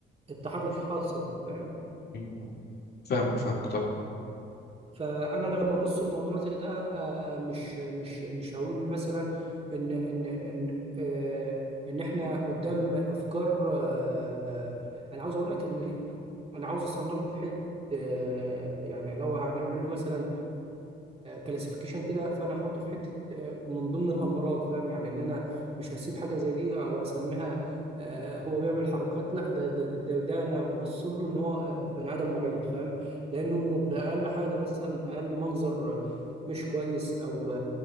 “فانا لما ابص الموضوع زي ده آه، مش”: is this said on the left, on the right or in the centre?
Right